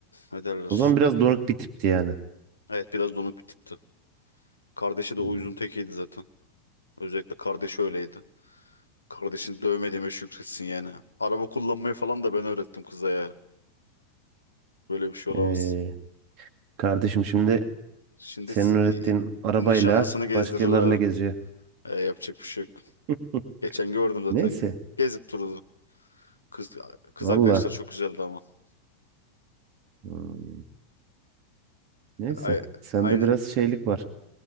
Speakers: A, on the left; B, on the right.
A: ne derler?
B: O zaman biraz donuk bir tipti yani.
A: Evet biraz donuk bir tipti. Kardeşi de uyuzun
B: Hmm.
A: tekiydi zaten. Özellikle kardeşi öyleydi. Kardeşini dövmediğime şükretsin yani. Araba kullanmayı falan da ben öğrettim kıza ya. Böyle bir şey olamaz.
B: Ee, kardeşim şimdi
A: Şimdi
B: senin
A: e,
B: öğrettiğin arabayla
A: nişanlısını gezdirir
B: başkalarıyla
A: abi.
B: geziyor.
A: E, yapacak bir şey yok.
B: <laughs>
A: Geçen gördüm zaten.
B: Neyse.
A: Gezip durdu. Kız, kız
B: Valla.
A: arkadaşlar çok güzeldi ama.
B: Hmm, Neyse.
A: Ay-
B: Sende
A: Aynı.
B: biraz şeylik var.